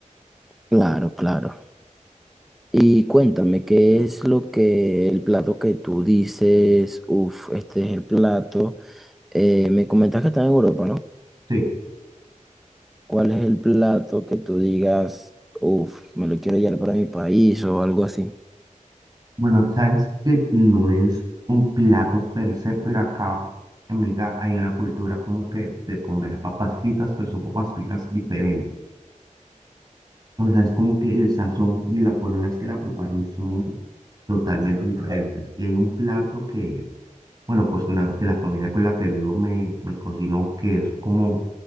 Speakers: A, in the centre; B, on the right.
A: claro, claro. Y cuéntame, ¿qué es lo que, el plato que tú dices, uff, este es el plato? Eh, me comentas que está en Europa, ¿no?
B: sí.
A: ¿Cuál es el plato que tú digas, uff, me lo quiero llevar para mi país o algo así?
B: Bueno, sabes que no es un plato per se, pero acá en Bélgica hay una cultura como que de comer papas fritas, pero son papas fritas diferentes. O sea, es como que el sazón y la forma en las que la preparan son totalmente diferentes. Y hay un plato que, bueno, pues una- que la familia con la que vivo me, me cocinó, que es como